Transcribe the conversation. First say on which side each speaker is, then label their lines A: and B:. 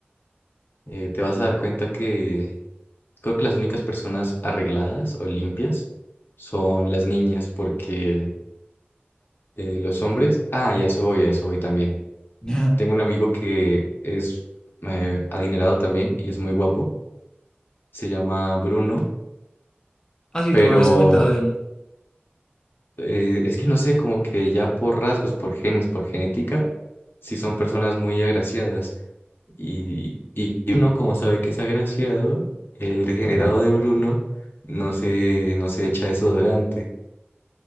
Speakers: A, on the left (about 65°); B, on the left (about 15°).
A: eh, te vas a dar cuenta que creo que las únicas personas arregladas o limpias son las niñas, porque eh, los hombres, ah, y a eso voy, a eso voy también.
B: <laughs>
A: Tengo un amigo que es eh, adinerado también y es muy guapo, se llama Bruno,
B: Ah, sí,
A: pero
B: tú me habías comentado de él.
A: eh, es que no sé, como que ya por rasgos, por genes, por genética, sí son personas muy agraciadas. Y, y uno, como sabe que es agraciado, el degenerado de Bruno no se, no se echa desodorante.